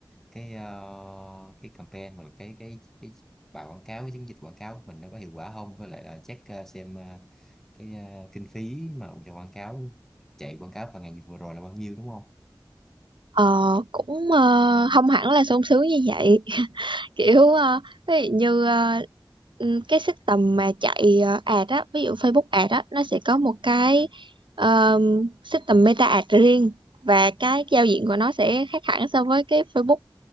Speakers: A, in the centre; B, on the right.
A: cái ờ, cái campaign hoặc là cái cái cái bài quảng cáo cái chiến dịch quảng cáo của mình nó có hiệu quả không với lại là check ờ, xem ờ, cái ờ, kinh phí mà cho quảng cáo chạy quảng cáo vào ngày vừa rồi là bao nhiêu đúng không
B: Ờ, cũng ờ, không hẳn là sung sướng như vậy. <laughs> Kiểu ờ, ví dụ như ờ, ừm, cái system mà chạy ờ, ad á, ví dụ Facebook ad á, nó sẽ có một cái ờ, system Meta ad riêng và cái giao diện của nó sẽ khác hẳn so với cái Facebook